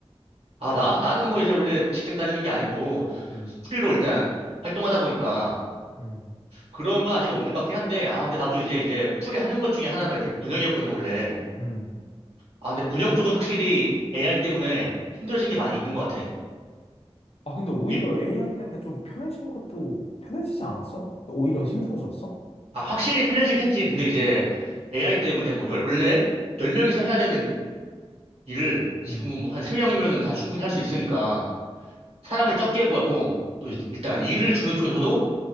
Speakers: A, on the right (about 70°); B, on the left (about 70°).
A: 아, 나, 나는 뭐 이제 원래 직장 다니는 게 아니고,
B: 음,
A: 프리로 일단 활동하다 보니까
B: 음,
A: 그런 건 아직 없는 것 같긴 한데, 아, 근데 나도 이제, 이제 프리 하는 것 중에 하나가 이제 번역이었거든, 원래.
B: 음.
A: 아, 근데 번역 쪽은 확실히 AI 때문에 힘들어진 게 많이 있는 것 같아.
B: 아, 근데 오히려
A: 일-
B: AI 때문에 좀 편해진 것도 편해지지 않았어? 오히려 힘들어졌어?
A: 아, 확실히 편해지긴 했지. 근데 이제 AI 때문에 뭐, 열- 원래 10명이서 해야 되는 일을 지금은
B: 음.
A: 뭐 한 3명이면은 다 충분히 할 수 있으니까 사람을 적게 구하고 또 일-
B: 음.
A: 일단 일을 주는 쪽에서도